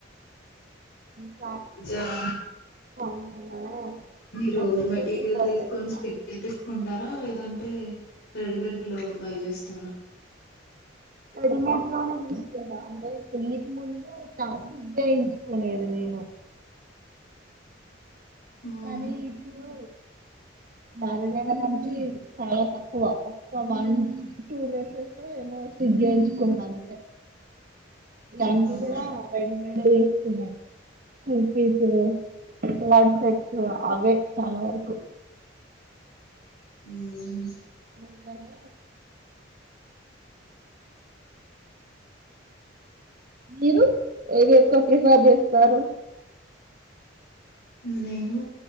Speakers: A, on the right; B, on the left.
A: అ
B: జరా
A: ఉంటుందనే
B: మీరు
A: డ్రెస్సెస్
B: మెటీరియల్
A: ప్రిఫర్
B: తీసుకొని
A: చేస్తా
B: స్ట్రిచ్ చేయిసుకుంటారా లేదాంటే మ్మ్ రెడమెంట్ లో బయ చేస్తారా
A: రెడీమేడ్ లోనే తీసుకుంటా అంటే పెళ్లికి ముందు ఇట్ల ఫిట్ చేయించుకునేది నేను
B: మ్మ్
A: కానీ ఇప్పుడు మ్యారేజ్ అయినప్పుడు నుంచి చాలా తక్కువ ఒక్క వన్ టూ డేసెస్ ఏమో స్ట్రిచ్ చేయించుకున్నా అంతే అన్ని
B: అవును
A: కూడా రెడీమేడ్ వేసుకున్న కుర్తిస్ కో ఆర్డ్ సెట్స్ అవ్వే చాలా వరకు
B: మ్మ్
A: అట్లనే మీరు ఏది ఎక్కువ ప్రిఫేర్ చేస్తారు
B: నేను